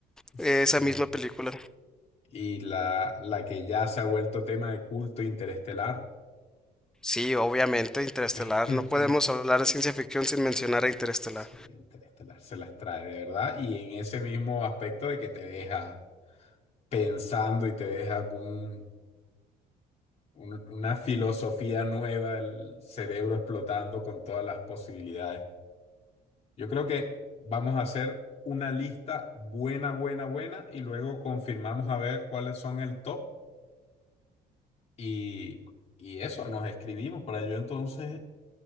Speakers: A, on the left; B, in the centre.
A: sí.
B: eh, esa misma película.
A: Y la, la que ya se ha vuelto tema de culto interestelar.
B: Sí, obviamente, Interestelar.
A: <laughs>
B: No podemos hablar de ciencia ficción sin mencionar a Interestelar.
A: Sí, Interestelar se las trae de verdad. Y en ese mismo aspecto de que te deja pensando y te deja con, un- una filosofía nueva, el cerebro explotando con todas las posibilidades. Yo creo que vamos a hacer una lista buena, buena, buena y luego confirmamos a ver cuáles son el top y, y eso, nos escribimos para yo entonces